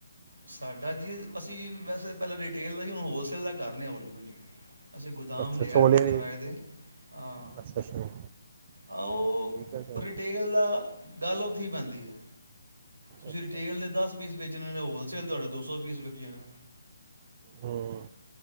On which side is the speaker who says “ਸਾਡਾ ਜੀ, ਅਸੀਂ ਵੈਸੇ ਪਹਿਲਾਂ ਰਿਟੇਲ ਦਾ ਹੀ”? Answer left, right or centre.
Right